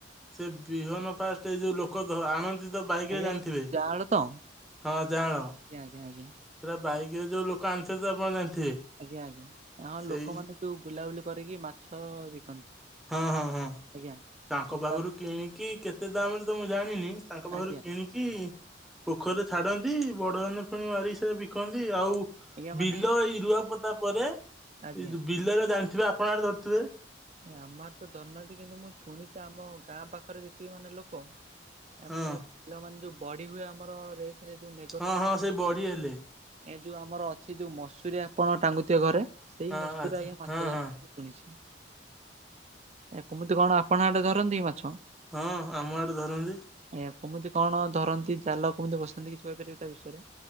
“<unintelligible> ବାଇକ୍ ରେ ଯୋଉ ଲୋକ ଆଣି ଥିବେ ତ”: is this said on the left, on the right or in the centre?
Centre